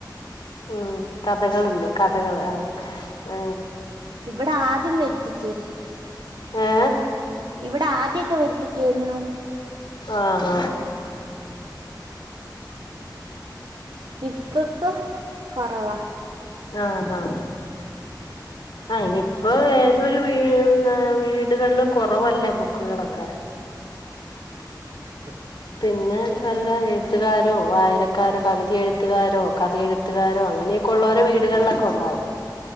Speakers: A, on the left; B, on the right.
A: ഉം കഥകളുണ്ട് കഥകൾ ആ ആ
B: ഇവിടെ ആദ്യം വരുത്തിക്കയായിരുന്നു
A: ഏഹ്
B: ഇവിടെ ആദ്യൊക്കെ വരുത്തിക്കായിരുന്നു
A: ആഹ് ആഹ്
B: ഇപ്പത്ത കുറവാ
A: ആഹ് ആഹ് ആ ഇനിയിപ്പൊ ഏതൊരു വീഴ്ന്ന വീടുകളിലും കുറവല്ലേ ബൂ ക്കുകളൊക്കെ
B: <unintelligible>
A: പിന്നെ വല്ല എഴുത്തുകാരോ വായനക്കാരോ കവിത എഴുത്തുകാരോ കഥെഴു ത്തുകാരോ അങ്ങനെയൊക്കെ ഉള്ളൂരെ വീടുകളില കൊണ്ടാവും